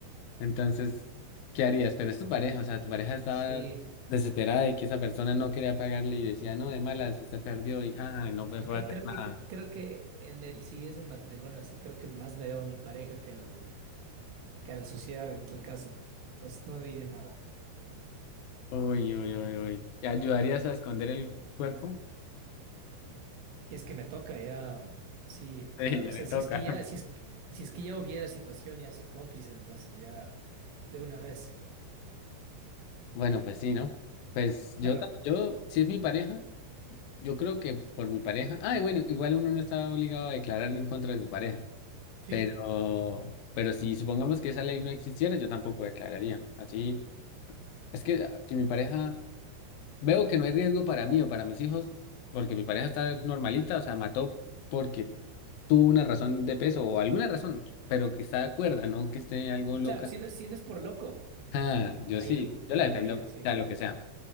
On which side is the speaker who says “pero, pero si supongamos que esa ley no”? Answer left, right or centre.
Left